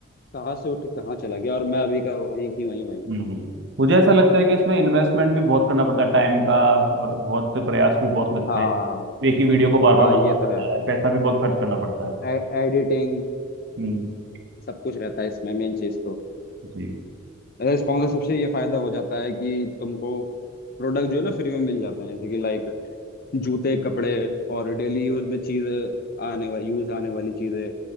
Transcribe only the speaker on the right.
हम्म।
मुझे ऐसा लगता है कि इसमें इन्वेस्टमेंट भी बहुत करना पड़ता है टाइम का और बहुत प्रयास भी बहुत लगते
हैं एक ही वीडियो को बार बार
बनाना
पड़ता
है पैसा भी बहुत खर्च करना पड़ता है
हम्म
जी